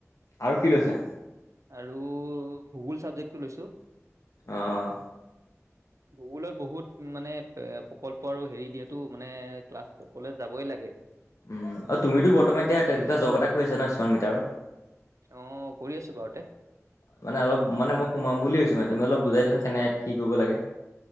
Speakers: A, on the left (about 75°); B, on the right (about 70°).
A: আৰু কি লৈছা?
B: আৰু ভূগোল চাবজেক্টটো লৈছো।
A: আহ
B: ভূগোলত বহুত মানে এ কলল্প আৰু হেৰি দিয়াতো মানে ক্লাছ কলে যাবই লাগে
A: উম আৰু তুমিতো বৰ্তমান এতিয়া কিবা জব এটা কৰি আছা ন কিমান মিটাৰৰ
B: অ' কৰি আছো বাৰুতে
A: মানে অলপ মানে মই সোমাম বুলি ভৈছো মানে- তুমি অলপ বুজাই দিছোন কেনেক কি কৰিব লাগে।